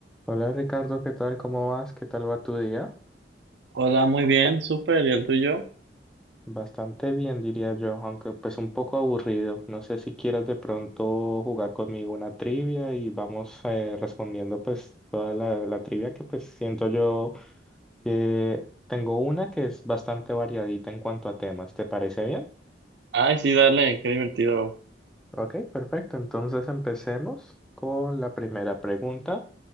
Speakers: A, in the centre; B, on the right.
A: Hola Ricardo, ¿qué tal? ¿Cómo vas? ¿Qué tal va tu día?
B: Hola, muy bien, súper, ¿y el tuyo?
A: Bastante bien, diría yo, aunque pues un poco aburrido. No sé si quieras de pronto jugar conmigo una trivia y vamos eh, respondiendo pues toda la, la trivia que pues siento yo que tengo una que es bastante variadita en cuanto a temas. ¿Te parece bien?
B: Ay, sí, dale, qué divertido.
A: Ok, perfecto. Entonces empecemos con la primera pregunta.